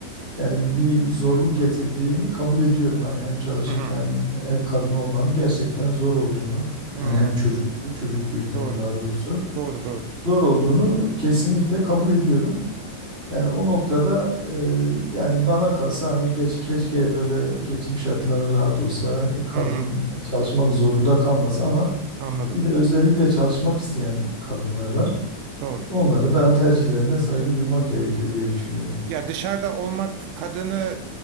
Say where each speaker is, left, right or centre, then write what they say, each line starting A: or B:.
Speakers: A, on the right (about 15°); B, on the right (about 80°).
A: yani bir zorluk getirdiğini kabul ediyorum. Hani hem çalışıp
B: Hı hı.
A: hem ev kadını olmanın gerçekten zor olduğunu
B: Hı hı.
A: yani hem çocuk çocuk büyütmenin
B: Doğru.
A: daha doğrusu
B: Doğru doğru.
A: zor olduğunu kesinlikle kabul ediyorum. Yani o noktada e, yani bana kalsa hani geç keşke böyle geçim şartları rahat olsa e, kadın
B: Hı hı.
A: çalışmak zorunda kalmaz ama
B: Anladım.
A: bir de özellikle çalışmak isteyen kadınlar var.
B: Doğru.
A: Onlara da tercihlerine saygı duymak gerekiyor diye düşünüyorum.
B: Ya dışarıda olmak kadını